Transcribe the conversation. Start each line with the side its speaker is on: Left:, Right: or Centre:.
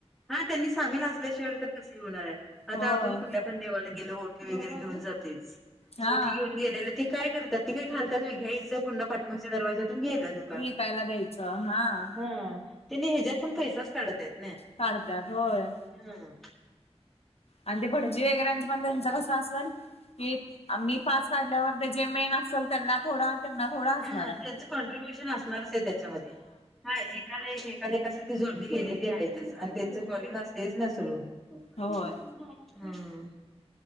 Centre: हा त्यांनी सामील असल्याशिवाय तर कसी होणार आहे आता
Left: होय
Centre: आपण कुठल्या पण आपण देवाला गेलो ओठी वगैरे घेऊन जातोयच.
Left: हा
Centre: ओठी घेऊन गेलेल ते काय करतात ते का घालतात होय? घ्यायच पुन्हा पाठीमागच्या दवाजातून गे <unintelligible>
Left: विकायला द्यायचं हा.
Centre: ह त्यांनी ह्याच्या्यात पण पैसाच काढत आहेत
Left: काढतत होय
Centre: ह
Left: आणि ते भटजी वगैरेच पण त्यांच कसं असेल की मी पास काढल्यावर ते जे मेन असेल त्यांना थोडं त्यांना थोडा असणार
Centre: हा
Left: आहे.
Centre: त्यांच कॉन्ट्र्रीब्युशन असणारच आहे त्याच्यामध्ये हा एकाला एक कस ती जोडली गेलेली आहेतच आणि त्यांच फॉलिंग असतेच ना सुरु. हम्म
Left: होय